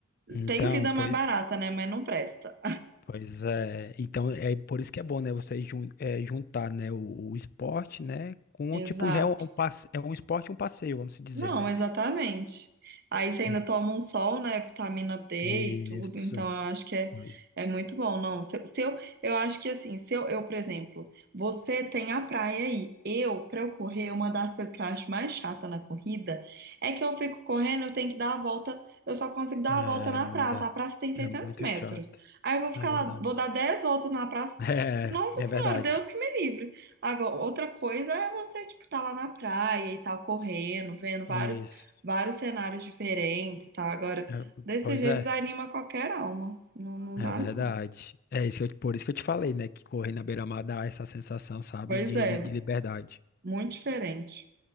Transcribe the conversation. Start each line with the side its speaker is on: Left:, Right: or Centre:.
Left: Então,
Right: Tem vida
Left: pois,
Right: mais barata, né? Mas não presta.
Left: pois é. Então, é por isso que é bom, né? Você jun- é, juntar, né? O, o esporte, né? Com,
Right: Exato.
Left: o tipo, já é um, um passe- é um esporte e um passeio, vamos dizer,
Right: Não,
Left: né?
Right: exatamente. Aí você ainda
Left: Hum,
Right: toma um sol, né? Vitamina D
Left: Isso.
Right: e tudo, então eu acho que é,
Left: Pois-
Right: é muito bom. Não, se, eu, se eu eu acho que assim, se eu, eu, por exemplo, você tem a praia aí. Eu, pra eu correr, uma das coisas que eu acho mais chata na corrida é que eu fico correndo, eu tenho que dar a volta, eu só consigo dar
Left: É,
Right: a volta na praça. A praça tem seiscentos
Left: é é muito
Right: metros.
Left: chato.
Right: Aí eu vou ficar
Left: É verdade.
Right: lá, vou dar 10 voltas na praça.
Left: <laughs> É,
Right: Nossa
Left: é
Right: Senhora,
Left: verdade.
Right: Deus que me livre. Agora, outra coisa é você, tipo, tá lá na praia e tal, correndo, vendo vários,
Left: Isso.
Right: vários cenários diferentes e tal. Agora,
Left: É,
Right: desse
Left: Pois
Right: jeito
Left: é,
Right: desanima qualquer alma. Não, não
Left: é
Right: dá,
Left: verdade.
Right: não.
Left: É isso que eu- por isso que eu te falei, né? Que correr na beira-mar dá essa sensação, sabe,
Right: Pois
Left: de,
Right: é,
Left: de liberdade.
Right: muito diferente.